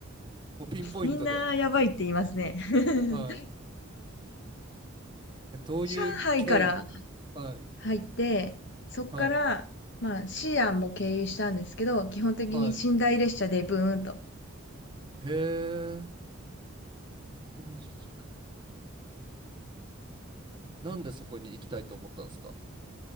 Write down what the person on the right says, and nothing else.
もうピンポイントで。
はい。え、どういう経緯で
はい。
はい。
はい。へえ。ウイグル自治区。なんでそこに行きたいと思ったんですか